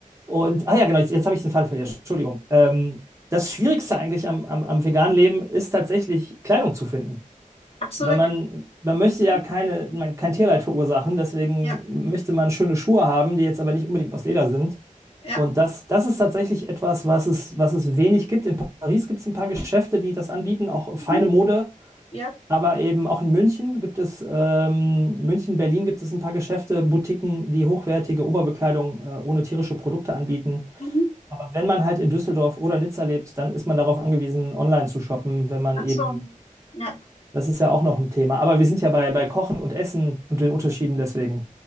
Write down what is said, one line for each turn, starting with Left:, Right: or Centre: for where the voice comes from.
Right: Und, ah ja, genau, jetzt, jetzt habe ich den Faden verloren. Entschuldigung. Ähm, das Schwierigste eigentlich am, am, am veganen Leben ist tatsächlich Kleidung zu finden.
Left: ach so,
Right: Wenn
Left: vegan.
Right: man, man möchte
Left: Mhm.
Right: ja keine, man, kein Tierleid verursachen, deswegen
Left: Ja,
Right: möchte man schöne Schuhe haben, die jetzt aber nicht unbedingt aus Leder sind.
Left: ja,
Right: Und das, das ist tatsächlich etwas, was es, was es wenig gibt. In Paris gibt es ein paar Geschäfte, die das anbieten, auch feine
Left: Mhm.
Right: Mode.
Left: ja,
Right: Aber eben auch in München gibt es, ähm, München, Berlin gibt es ein paar Geschäfte, Boutiquen, die hochwertige Oberbekleidung, äh, ohne tierische Produkte anbieten.
Left: Mhm.
Right: Aber wenn man halt in Düsseldorf oder Nizza lebt, dann ist man darauf angewiesen, online zu shoppen, wenn man
Left: ach
Right: eben,
Left: so. Ja,
Right: das ist ja auch noch ein Thema. Aber wir sind ja bei, bei Kochen und Essen und den Unterschieden deswegen.